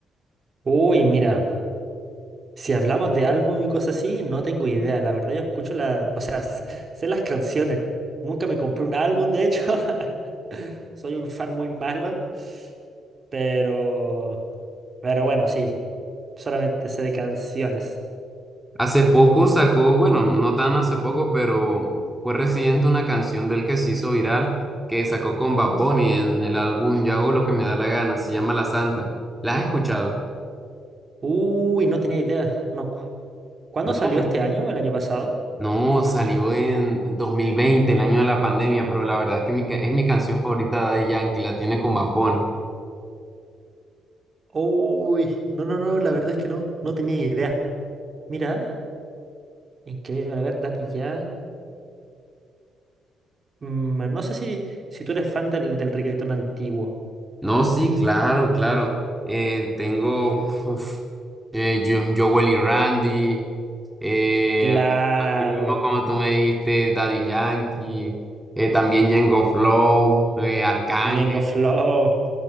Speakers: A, on the right; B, in the centre.
A: Uy, mira. Si hablamos de álbum y cosas así, no tengo idea. La verdad, yo escucho la, o sea, s- sé las canciones. Nunca me compré un álbum, de hecho. <laughs> Soy un fan muy malo, pero, pero bueno, sí. Solamente sé de canciones.
B: Hace poco sacó, bueno, no tan hace poco, pero fue reciente una canción del que se hizo viral, que sacó con Bad Bunny en el álbum Yo hago lo que me da la gana, se llama La Santa. ¿La has escuchado?
A: Uy, no tenía idea. No. ¿Cuándo
B: No.
A: salió este año o el año pasado?
B: No, salió en 2020, el año de la pandemia, pero la verdad es que mi ca- es mi canción favorita de Daddy Yankee, la tiene con Bad Bunny.
A: Uy, no, no, no, la verdad es que no, no tenía idea. Mira, increíble. A ver, Daddy Yankee. Mm, no sé si, si tú eres fan del, del reggaetón antiguo.
B: No, sí, claro, claro. Eh, tengo uf, eh, yo, Jowell y Randy, eh,
A: Claro,
B: así mismo como tú me dijiste, Daddy Yankee, eh, también Ñengo Flow, eh, Arcángel,
A: Ñengo Flow,